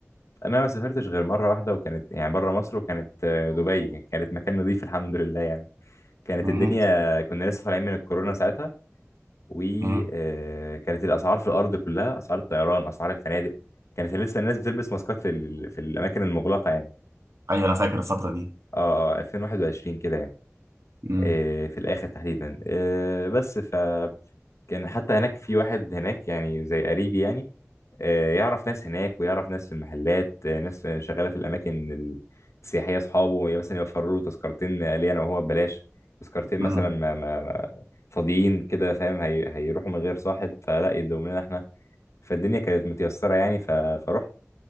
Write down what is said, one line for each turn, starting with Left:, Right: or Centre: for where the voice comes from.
Left: ما سافرتش غير مره واحده وكانت يعني بره مصر وكانت آه، دبي كانت مكان نظيف الحمد لله يعني كانت
Right: مه.
Left: الدنيا كنا لسه طالعين من الكورونا ساعتها وكانت
Right: مه.
Left: الاسعار في الارض كلها اسعار الطيران اسعار الفنادق كانت لسه الناس بتلبس ماسكات في ال- في الاماكن المغلقه يعني
Right: ايوه انا فاكر الفتره دي
Left: اه اه 2021 كده يعني
Right: مم.
Left: آه، في الاخر تحديدا آه، بس فكان حتى هناك في واحد هناك يعني زي قريبي يعني آه، يعرف ناس هناك ويعرف ناس في المحلات آه، ناس شغاله في الاماكن السياحيه اصحابه مثلا يوفروا له تذكرتين ليا انا وهو ببلاش تذكرتين
Right: مم.
Left: مثلا ما ما ما- فاضيين كده فاهم هي... هيروحوا من غير صاحب فلا يدوم لنا احنا فالدنيا كانت متيسرة يعني ف... فرحت